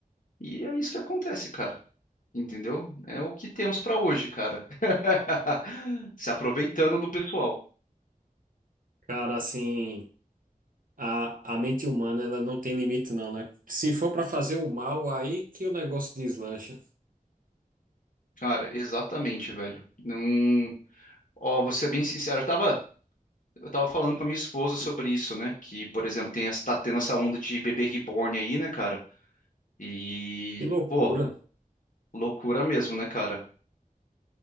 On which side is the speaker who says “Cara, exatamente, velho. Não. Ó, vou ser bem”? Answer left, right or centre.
Left